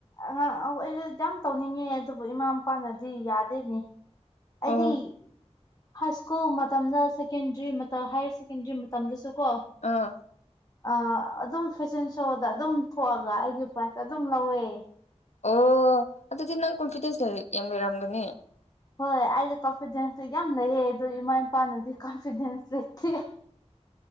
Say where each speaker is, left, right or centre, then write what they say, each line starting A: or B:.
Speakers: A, on the left (about 30°); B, on the left (about 70°).
A: ꯑꯉꯥꯡ ꯑꯩꯁꯨ ꯌꯥꯝ ꯇꯧꯅꯤꯡꯉꯦ ꯑꯗꯨꯕꯨ ꯏꯃꯥ ꯃꯄꯥꯅꯗꯤ ꯌꯥꯗꯦꯅꯦ ꯑꯩꯗꯤ
B: ꯑꯣ
A: ꯍꯥꯏ ꯁ꯭ꯀꯨꯜ ꯃꯇꯝꯗ ꯁꯦꯀꯦꯟꯗ꯭ꯔꯤ ꯍꯥꯌꯔ ꯁꯦꯀꯦꯟꯗ꯭ꯔꯤ ꯃꯇꯝꯗꯁꯨ ꯀꯣ
B: ꯑꯥ
A: ꯑ ꯑꯗꯨꯝ ꯐꯦꯁꯟ ꯁꯣꯗ ꯑꯗꯨꯝ ꯊꯣꯛꯑꯒ ꯑꯩꯒꯤ ꯄ꯭ꯔꯥꯏꯖꯇ ꯑꯗꯨꯝ ꯂꯧꯋꯦ
B: ꯑꯣ ꯑꯗꯨꯗꯤ ꯅꯪ ꯀꯣꯟꯐꯤꯗꯦꯟꯁ ꯌꯥꯝ ꯂꯩꯔꯝꯒꯅꯤ
A: ꯍꯣꯏ ꯑꯩꯗꯤ ꯀꯟꯐꯤꯗꯦꯟꯁꯇ ꯌꯥꯝ ꯂꯩꯌꯦ ꯑꯗꯨꯗ ꯏꯃꯥ ꯏꯄꯥꯅꯗꯤ ꯀꯟꯐꯤꯗꯦꯟꯁ ꯂꯩꯇꯦ